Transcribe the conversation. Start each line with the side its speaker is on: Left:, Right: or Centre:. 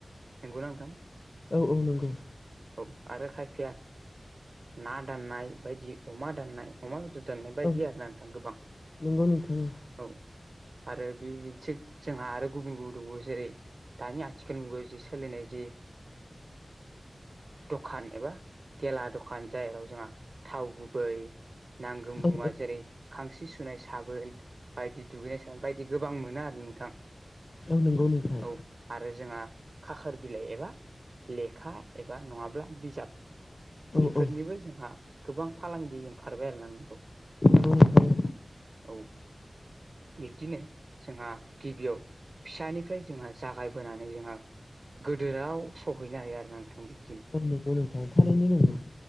Right: नोंगौ ना‌ नोंथां?
Left: औ औ नंगौ।
Right: औ आरो खायफाया ना दाननाय बायदि अमा दाननाय अमा बेदर दोननाय बायदि
Left: औ
Right: आरोना नोंथां गोबां।
Left: नंगौ नोंथां
Right: औ आरो बेबिदिनो‌ थिग जोंहा आरो गुबुन गुबुन दंबावो जेरै दानि आथिखाल मुगायाव जि सोलिनाय जि दखान एबा गेला दखान जायाव जोंहा थाव गुबै नांगौ मुवा
Left: औ
Right: जेरै खांसि सुनाय साबोन बायदि दुगैनाय साबोन बायदि गोबां मोनो आरो नोंथां।
Left: औ नंगौ नोंथां।
Right: औ आरो जोंहा खाखोर बिलाइ एबा लेखा एबा नङाब्ला बिजाब
Left: औ
Right: बेफोरनिबो
Left: औ
Right: जोंहा गोबां फालांगि ओंखारबाय आरोना नंगौ। नोंथां
Left: नंगौ नोंथां
Right: औ बिब्दिनो जोंहा गिबियाव फिसानिफ्राय जोंहा जागायबोनानै जोंहा गोदोराव सहैनो हायो आरो नोंथां बे।
Left: नंगौ नोंथां थारैनो नंगौ